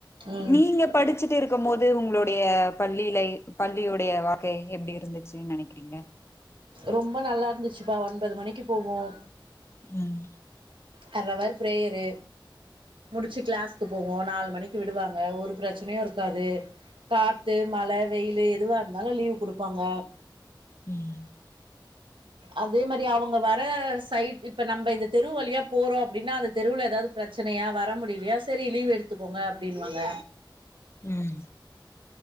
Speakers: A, on the right (about 80°); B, on the left (about 30°).
A: ம்
B: நீங்க படிச்சுட்டு இரு க்க போது உங்களுடைய பள்ளியில பள்ளியுடைய வாழ்க்கை எப்படி இருந்துச்சு நினைக்கிறீங்க
A: ரொம்ப நல்லா இருந்துச்சுப்பா ஒன்பது மணிக்கு போவோம்
B: ம்
A: காலல வேற ப்ரேயர்ரு முடிச்சு கிளாஸ்க்கு போவோ நாலு மணிக்கு விடுவாங்க ஒரு பிரச்சனையும் இருக்காது காத்து மழ வெயில் எதுவா இருந்தாலும் லீவு கொடுப்பாங்க
B: ம்
A: அதே மாதிரி அவங்க வர சைட் இப்ப நம்ம இந்த தெருவலியா போறோ அப்டின்னா அந்த தெருவுல ஏதாவது ப்ரச்சனையா வர முடியலையா செரி லீவ் எடுத்துக்கோங்க அப்டின்னுுவாங்க
B: ம்